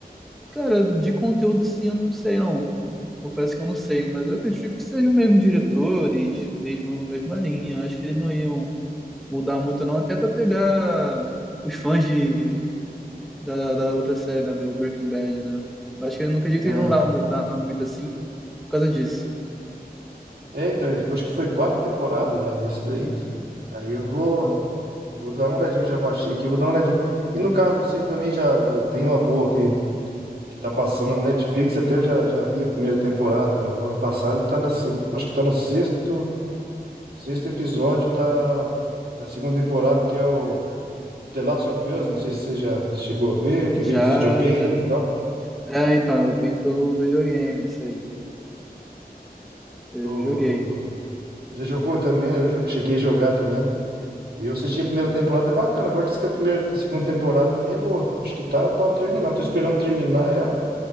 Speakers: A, in the centre; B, on the right.
A: Cara, de conteúdo, sim, eu não sei, não. Confesso que eu não sei, mas eu acredito que sejam mesmo diretores, mesmo mesma linha. Eu acho que eles não iam mudar muito não, até para pegar os fãs de, da, da da outra série, né, do Breaking Bad, né? Eu acho que eu não acredito que
B: Ah,
A: eles não vão mudar muito assim por causa disso.
B: é, então, acho que foi quatro temporadas já desse daí. Aí eu vou,
A: Não.
B: eu vou dar uma olhadinha, já baixei aqui, vou dar uma olhadinha. E no caso, vocês também já eh, tem uma boa que, que tá passando na Netflix, até eu já, já vi a primeira temporada o ano passado, e tá na, seg- acho que tá no sexto, sexto episódio da, da segunda temporada, que é o The Last of Us, não sei se você já chegou a ver, que
A: Já,
B: veio dos videogames
A: já, já.
B: e tal.
A: É, então, eu vim pelo videogame, isso aí. Isso aí
B: O,
A: eu joguei.
B: você jogou também, eu jo- cheguei a jogar também. E eu assisti a primeira temporada, é bacana. Agora diz que a primeira, a segunda temporada também é boa. Acho que tá pra terminar. Tô esperando terminar ela.